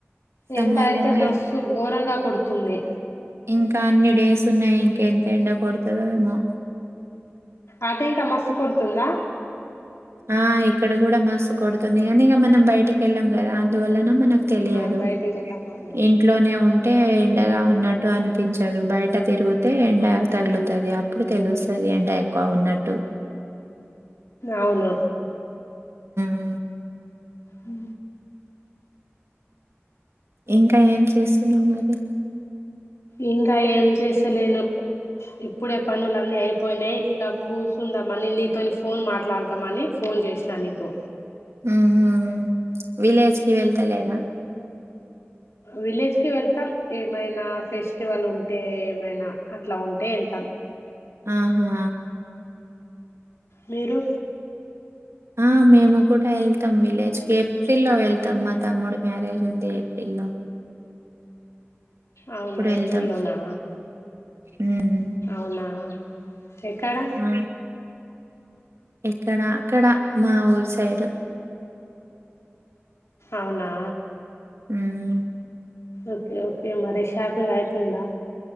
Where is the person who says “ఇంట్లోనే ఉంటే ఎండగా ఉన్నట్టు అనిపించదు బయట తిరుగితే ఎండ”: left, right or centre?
Right